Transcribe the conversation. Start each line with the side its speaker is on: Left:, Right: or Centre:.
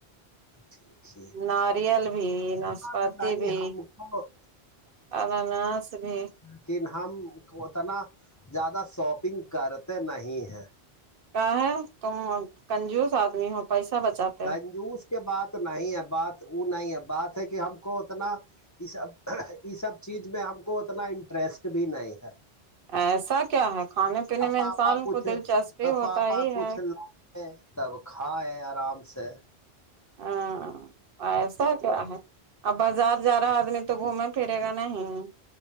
Left: ٹھیک ہی
Right: ناریل بھی ناسپتی
Left: بات ہے کہ
Right: بھی
Left: ہم کو
Right: ال ج بھی
Left: یکن ہم اتنا زیادہ شاپنگ کرتے نہیں ہیں
Right: کا ہے تم کنجوس آدمی ہو پیسہ بچات
Left: کنجوس کے بات نہیں ہے بات وہ نہیں ہے بات ہے کہ ہم کو اتنا یہ سب یہ سب چیز میں ہم کو اتنا انٹرسٹ بھی نہیں ہے
Right: ایسا کیا ہے کھانے پینے
Left: اب
Right: میں
Left: پاپا
Right: انسان
Left: کچھ
Right: کو دلچسپی
Left: اب
Right: ہوتا
Left: پاپا
Right: ہی ہے
Left: کچھ تب کھائےائے آرام سے
Right: ہاں ایسا کیا ہے ا بازار جا رہا ا آدمی تو گھومے پرے گا نہیں